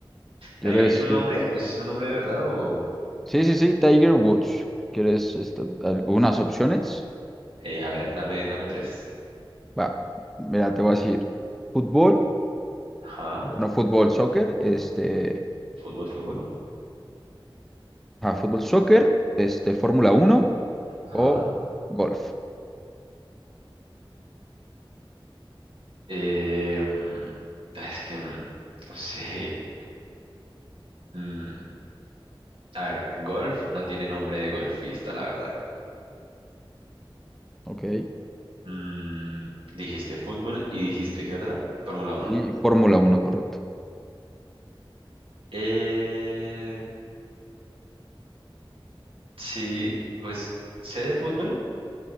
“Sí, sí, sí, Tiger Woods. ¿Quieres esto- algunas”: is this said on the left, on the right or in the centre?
Centre